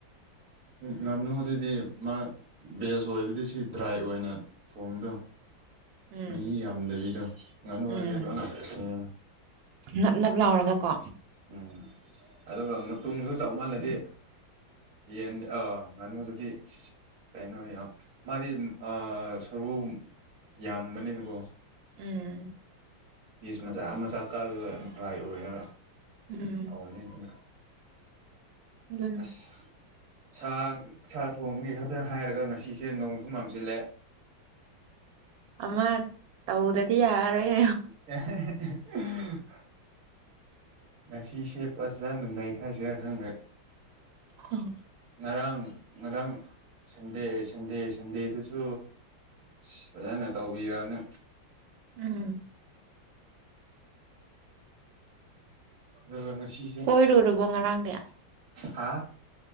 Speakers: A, on the right (about 55°); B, on the right (about 75°).
A: ꯉꯥꯅꯨꯗꯗꯤ ꯃꯥ ꯕꯦꯁ ꯑꯣꯏꯕꯗꯤ ꯁꯤ ꯗ꯭ꯔꯥꯏ ꯑꯣꯏꯅ ꯊꯣꯡꯗꯧꯅꯦ
B: ꯎꯝ
A: ꯃꯍꯤ ꯌꯥꯝꯗꯕꯤꯗꯣ ꯉꯥꯅꯨꯗꯗꯤ
B: ꯎꯝ
A: ꯑꯗꯨ ꯏꯁ ꯎꯝ
B: ꯅꯞ ꯅꯞ ꯂꯥꯎꯔꯒ ꯀꯣ
A: ꯎꯝ ꯑꯗꯨꯒ ꯃꯇꯨꯝꯁꯨ ꯆꯥꯎꯃꯜꯂꯗꯤ ꯌꯦꯟ ꯑꯥ ꯉꯥꯅꯨꯗꯨꯗꯤ ꯀꯩꯅꯣ ꯌꯥꯝ ꯃꯥꯗꯤ ꯑꯥ ꯁꯥꯔꯨ ꯌꯥꯝꯕꯅꯤꯅꯀꯣ
B: ꯎꯝ
A: ꯄꯤꯁ ꯃꯆꯥ ꯃꯆꯥ ꯀꯛꯂꯒꯥꯏ ꯗ꯭ꯔꯥꯏ ꯑꯣꯏꯔꯒ
B: ꯎꯝ
A: ꯍꯥꯎꯕꯅꯦ ꯑꯗꯨꯅ <unintelligible>
B: <unintelligible>
A: ꯑꯁ ꯁꯥ ꯁꯥ ꯊꯣꯡꯕꯒꯤ ꯈꯛꯇꯪ ꯍꯥꯏꯔꯒ ꯉꯁꯤꯁꯦ ꯅꯣꯡꯁꯨ ꯃꯥꯝꯁꯤꯜꯂꯦ
B: ꯑꯃ ꯇꯧꯗ꯭ꯔꯥꯗꯤ ꯌꯥꯔꯣꯏ
A: <unintelligible> ꯉꯁꯤꯁꯦ ꯐꯥꯖꯅ ꯅꯩꯊꯁꯤꯔ ꯈꯪꯗ꯭ꯔꯦ
B: ꯍꯝ
A: ꯉꯔꯥꯡ ꯉꯔꯥꯡ ꯁꯟꯗꯦ ꯁꯟꯗꯦ ꯁꯟꯗꯦꯗꯨꯁꯨ ꯑꯁ ꯐꯥꯖꯅ ꯇꯧꯕꯤꯔꯝꯅꯦ
B: ꯎꯝ
A: ꯑꯗꯨꯒ ꯉꯁꯤꯁꯦ
B: ꯀꯣꯏꯔꯨꯔꯕꯣ ꯉꯔꯥꯡꯗꯤ
A: ꯍꯥ